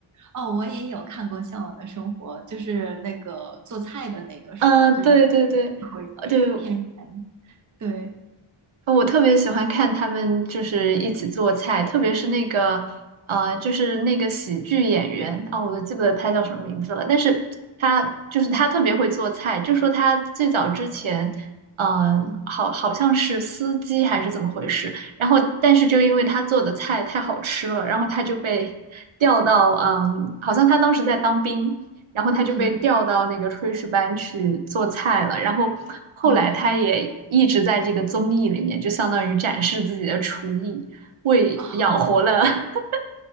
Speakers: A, on the right; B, on the right.
A: 哦，我也有看过《向往的生活》，就是那个做菜的那个是吧？
B: <laughs> 嗯，
A: 就是
B: 对对对，
A: 会骗人。
B: 呃对，
A: 对，
B: 我特别喜欢看他们就是一起做菜，特别是那个呃，就是那个喜剧演员啊、我都记不得他叫什么名字了，但是他就是他特别会做菜，
A: 嗯
B: 就说他最早之前，呃，
A: 嗯
B: 好好像是司机还是怎么回事，然后但是就因为他做的菜太好吃了，然后他就被 <laughs> 调到嗯、好像他当时在当兵，然后他就被调到那个炊事班去做菜了。
A: 嗯
B: 然后后来他也一直在这个综艺里面，
A: 嗯，哦。
B: 就相当于展示自己的厨艺，为养活了
A: 哦
B: <laughs>